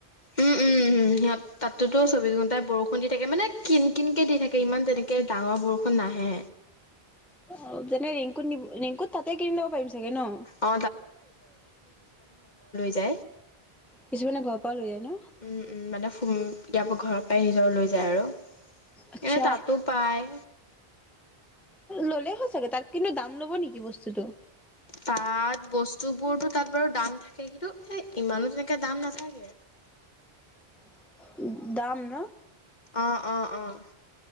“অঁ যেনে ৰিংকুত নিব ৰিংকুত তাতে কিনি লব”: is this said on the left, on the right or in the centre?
Centre